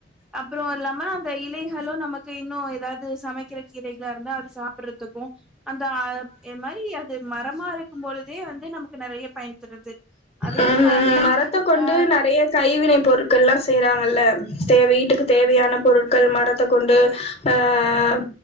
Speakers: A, in the centre; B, on the left.
A: அப்புறோ இல்லாம அந்த இலைகளு நமக் இன்னு ஏதாவது சமைக்கிற கீரைகளா இருந்தா அது சாப்பிடுறதுக்கு அந்த அ இ மாரி அது மரமா இருக்கும்பொழுதே வந்து நமக்கு நெறைய பயன் தருது அதையும்
B: அஹ் ஹ
A: தாண்டி
B: மரத்த கொண்டு
A: ஆ
B: நெறைய கைவின பொரு கள்லாம செய்றாங்கல்ல தேவை வீட்டுக்கு தேவையானா பொருட்கள் மரத்த கொண்டு ஆஹ்